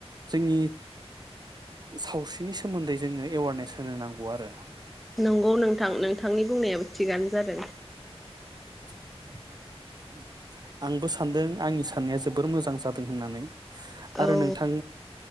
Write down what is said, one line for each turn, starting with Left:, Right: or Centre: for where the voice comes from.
Right: जोंनि सावस्रिनि सोमोन्दै जोङो एवारनेस होनो नांगौ आरो।
Centre: नंगौ नोंथां नोंथांनि बुंनायाबो थिगानो जादों।
Right: <inaudible> आंबो सानदों आंनि साननाया जोबोर मोजां जादों होननानै। आरो
Centre: औ
Right: नोंथां